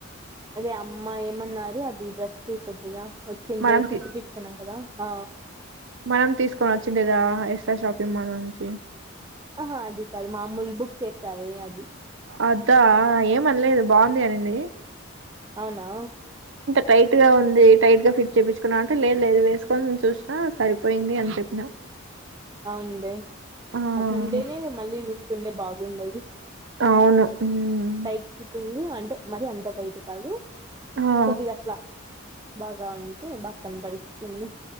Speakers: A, on the right; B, on the right.
A: అదే అమ్మ ఏమన్నారు అది డ్రస్ కొద్దిగా వచ్చింటే
B: మనం
A: కుట్టి
B: తీ
A: పిచ్చుకున్నాం కదా. ఆ
B: మనం తీసుకొని వచ్చిండేదా ఎస్ ఆర్ షాపింగ్ మాల్ నుంచి.
A: ఆహా అది కాదు మామూలు బుక్ చేసావే అది
B: అదా ఏమన్లేదు బాగుంది అనింది
A: అవునా
B: టైట్గా ఉంది టైట్గా ఫిట్ చేపిచుకున్నావ్ అంటే లేదు లేదు వేసుకొని చూసినా సరిపోయింది అని చెప్పినా.
A: అవున్లే
B: ఆ
A: అట్లుంటేనే మళ్ళీ లూస్ ఉంటే బాగుండదు.
B: అవును ఉమ్
A: టైట్ ఫిట్టింగ్ అంటే మరి అంత టైట్ కాదు
B: ఆ
A: కొద్దిగా అట్లా బాగా ఉంటే బాగ్ కనపడి ఇస్తుంది